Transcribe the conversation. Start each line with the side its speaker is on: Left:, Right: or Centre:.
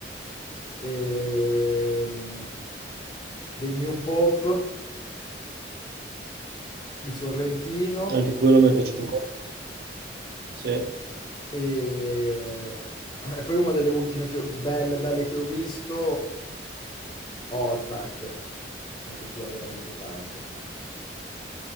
Left: ehm, The New Pop di Sorrentino
Right: anche quello mi è piaciuto molto. Sì. A
Left: e, e poi una delle ultime che ho- belle, belle che ho visto, Ozark. Mi è piaciuta veramente tanto.